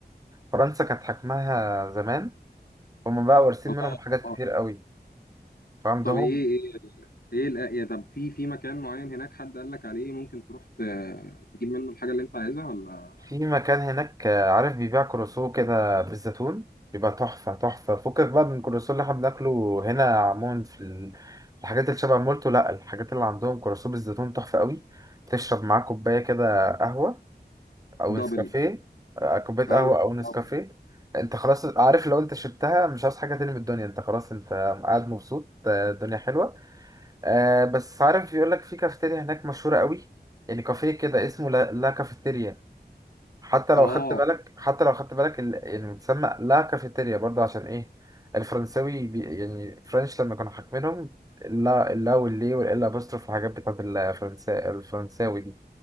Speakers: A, on the right; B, on the left.
A: فرنسا كانت حكمها زمان هما بقى وارثين
B: آه
A: منهم حاجات
B: آه
A: كتير قوي فعندهم
B: طب إيه إيه إيه الأ- يا طب في في مكان معين هناك حد قال لك عليه ممكن تروح ت- تجيب منه الحاجة اللي أنت عايزها ولا
A: في مكان هناك آه، عارف بيبيع كروسو كده بالزيتون بيبقى تحفة تحفة فكك بقى من الكروسو اللي احنا بناكله هنا عموما في ال- الحاجات اللي شبه مولتو لأ الحاجات اللي عندهم كروسو بالزيتون تحفة قوي تشرب معاه كوباية كده قهوة أو
B: دبل
A: نسكافيه آه، كوباية
B: قهوة
A: قهوة أو نسكافيه
B: دبل
A: انت خلاص عارف لو انت شربتها مش عاوز حاجة تاني من الدنيا انت خلاص انت قاعد مبسوط آه، الدنيا حلوة آه، بس عارف بيقولك في كافيتيريا هناك مشهورة قوي يعني كافيه كده اسمه لا, لا كافيتيريا حتى لو
B: آه
A: خدت بالك حتى لو خدت بالك ال- يعني بتسمى لا كافيتيريا برضه عشان ايه الفرنساوي بي يعني فرنش لما كانوا حاكمينهم اللا اللا واللي والال ابوستروف والحاجات بتاعت الفرنسا الفرنساوي دي